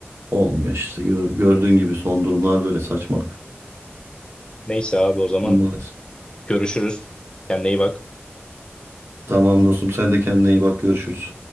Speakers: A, on the right (about 70°); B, on the left (about 20°).
A: Olmuyor işte. Gör- gördüğün gibi son durumlar böyle saçmalık.
B: Neyse abi o zaman
A: Maalesef.
B: görüşürüz. Kendine iyi bak.
A: Tamam dostum sen de kendine iyi bak görüşürüz.